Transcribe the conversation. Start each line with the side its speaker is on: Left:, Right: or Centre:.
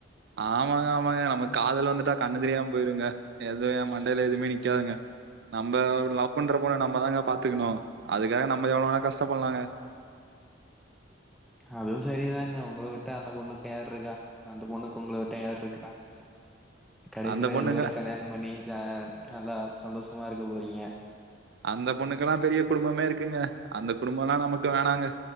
Right: ஆமாங்க ஆமாங்க நம்ம காதலு வந்துட்டா கண்ணு தெரியுமா போயிருங்க எதுவு என் மண்டயில எதுவுமே நிக்காதுங்க நம்ம லவ் பண்ற பொன்ன நம்மதாங்க பாத்துக்கணு அதுக்காக நம்ம எவ்ளோ வேணா கஷ்ட பட்லாங்க
Centre: அதுவு செரிதாங்க உங்கள விட்ட அந்த பொண்ணுக்கு யாருக்கா அந்த பொண்ணுக்கு உங்கள விட்டா யார் இருக்கா கடைசில
Right: அந்த பொண்ணுங்க
Centre: ரெண்டு பேரு கல்யாணம் பண்ணி ஜா நல்லா சந்தோஷமா இருக்க போறீங்க
Right: அந்த பொண்ணுக்குலா பெரிய குடும்பமே இருக்குங்க அந்த குடும்பல்லா நமக்கு வேணாங்க